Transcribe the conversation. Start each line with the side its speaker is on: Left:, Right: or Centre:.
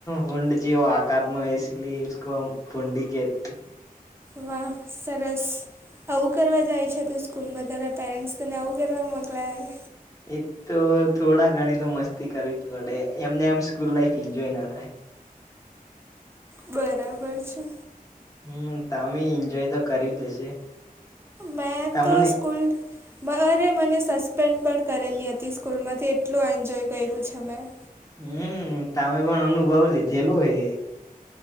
Left: ભૂંડ જેવો આ આકારનો ઇસ લીયે ઈસ્કો હમ ભૂંડી કહતે હૈ.
Right: વાહ સરસ. આવું કરવા જાય છે તું સ્કૂલમાં તાર પેરેન્ટ્સ તને આવું કરવા મોકલાવે.
Left: એ તો થોડા ઘણી તો મસ્તી કરવી જ પડે એમને એમ સ્કૂલ લાઈફ એન્જોય ના થાય.
Right: બરાબર છે.
Left: હમ્મ તમે એન્જોય તો કર્યું હશે.
Right: મેં
Left: તમને
Right: તો સ્કૂલ અરે મને સસ્પેન્ડ પણ કરેલી હતી સ્કૂલમાંથી એટલું એન્જોય કર્યું છે મેં.
Left: હમ્મ તમે પણ અનુભવ લીધેલો હે.